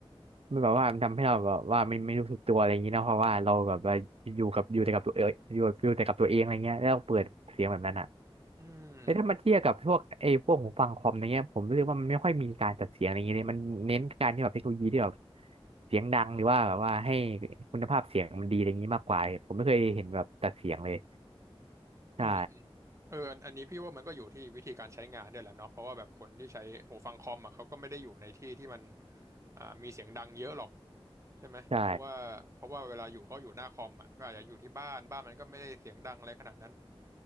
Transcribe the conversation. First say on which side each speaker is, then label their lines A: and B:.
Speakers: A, on the right; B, on the right.
A: มันแบบว่ามันทำให้เราแบบว่าไม่ไม่รู้สึกตัวอะไรอย่างงี้นะเพราะว่าเราแบบว่าอยู่กับอยู่แต่กับตัวเองอยู่อยู่แต่กับตัวเองอะไรเงี้ยแล้วเปิดเสียงแบบนั้นอ่ะ
B: อืม
A: แต่ถ้ามาเทียบกับพวกไอ้พวกหูฟังคอมอะไรเงี้ยผมรู้สึกว่ามันไม่ค่อยมีการจัดเสียงอะไรเงี้ยเลยมันเน้นการที่แบบเทคโนโลยีที่แบบเสียงดังหรือว่าแบบว่าให้คุณภาพเสียงมันดีอะไรเงงี้มากกว่าผมไม่เคยเห็นแบบจัดเสียงเลยใช่
B: อืมอืมเอออันอันนี้พี่ว่ามันก็อยู่ที่วิธีการใช้งานด้วยแหละเนาะเพราะว่าแบบคนที่ใช้หูฟังคอมอ่ะเขาก็ไม่ได้อยู่ในที่ที่มันอ่ามีเสียงดังเยอะหรอกใช่ไหม
A: ใช่
B: เพราะว่าเพราะว่าเวลาอยู่เขาอยู่หน้าคอมอ่ะก็อาจจะอยู่ที่บ้านบ้านมันก็ไม่ได้เสียงดังอะไรขนาดนั้น